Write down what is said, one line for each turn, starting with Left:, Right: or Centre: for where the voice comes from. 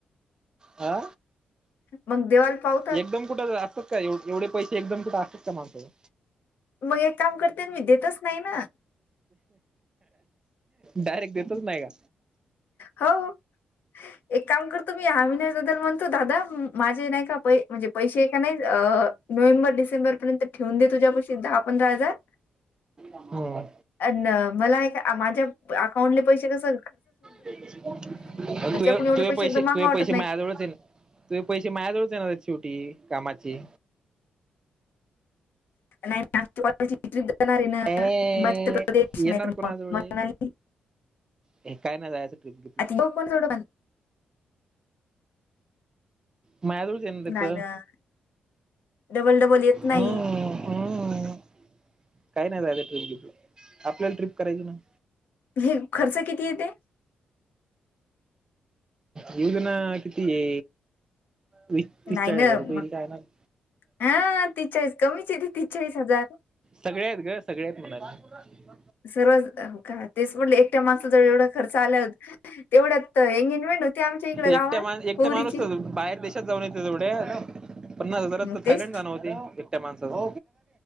Right: हा
Left: मग देवाला पावतात
Right: एकदम कुठं असतात का, ए एवढे पैसे एकदम कुठं असतात का माणसाजवळ?
Left: मग एक काम करते ना मी देतच नाही ना.
Right: डायरेक्ट देतच नाही का?
Left: हो एक काम करतो मी हा महिन्याबद्दल मग दादा माझे नाही का म्हणजे पै का नाही नोव्हेंबर डिसेंबर ठेवून दे तुझ्या दहा पंधरा हजार
Right: हम्म
Left: अन मला माझ्या अकाउंटले पैसे कसें
Right: तु
Left: कोणी एवढे
Right: तुझ पैसे
Left: एकदम मागा
Right: तुझ
Left: वाटत
Right: पैसे
Left: नाहीत
Right: माझ्याजवळच ये. तुझ पैसे माया जवळच येणारेत शेवटी कामाची.
Left: नाही ना. कोणाप जाणार आहे ना
Right: ए
Left: मत्स प्रदेश
Right: येणार
Left: नाहीत
Right: कोणाजवळ
Left: मग
Right: आहे
Left: मली <unintelligible>
Right: हे काय नाही जायच ट्रिप बीट.
Left: बघ पण डंण <unintelligible>
Right: माझ्याजवळच येणार हायत.
Left: नाही ना डबल डबल येत नाही
Right: हम्म. हम्म. काय नाही झाली ट्रीप बिपला आपल्याला ट्रीप करायची नाही.
Left: हे खर्च किती येते?
Right: येऊदेना कितीये. वीस तीस
Left: नाही
Right: चाळीस
Left: ना
Right: हजार रुपये
Left: मग
Right: येईल काय ना. <unintelligible>
Left: हा तीस चाळीस कमीच येते तीस चाळीस हजार
Right: सगळी आहेत ग, सगळे आहेत म्हणालोय.
Left: सर्वच हो का? तेच म्हटलं एकट्या माणसाला जर एवढा खर्च आलं तेवढ्यात एंगेजमेंट होती आमच्या इकडे गावात
Right: एक मा एकटं
Left: पोरीची
Right: माणूस बाहेर देश <unintelligible> जाऊन येते तेवढं पन्नास हजारात
Left: मग
Right: तर
Left: तेच
Right: थायलंड जाण होती. त्या माणसाचा <unintelligible>